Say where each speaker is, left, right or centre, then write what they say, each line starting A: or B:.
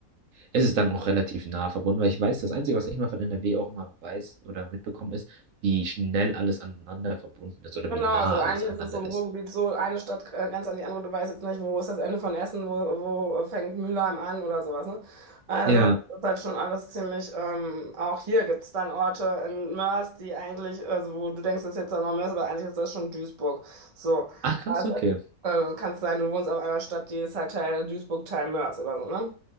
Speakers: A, on the right; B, on the right.
A: Es ist dann auch relativ nah verbunden, weil ich weiß, das Einzige, was ich mal von NRW auch immer weiß oder mitbekommen ist, wie schnell alles aneinander verbunden ist oder
B: Genau,
A: wie nah
B: also eigentlich
A: alles aneinander
B: ist es so im
A: ist.
B: Ruhrgebiet so, eine Stadt äh, grenzt an die andere, du weißt jetzt nicht, wo ist das Ende von Essen, wo, wo fängt Mülheim an oder sowas, ne? Also
A: Ja.
B: das ist halt schon alles ziemlich, ähm, auch hier gibt es dann Orte in Mörs, die eigentlich, also wo du denkst, das ist jetzt dann noch Mörs, aber eigentlich ist das schon Duisburg. So,
A: Ach krass,
B: also,
A: okay.
B: äh, kann es sein, du wohnst auf einer Stadt, die ist halt Teil Duisburg, Teil Mörs oder so, ne?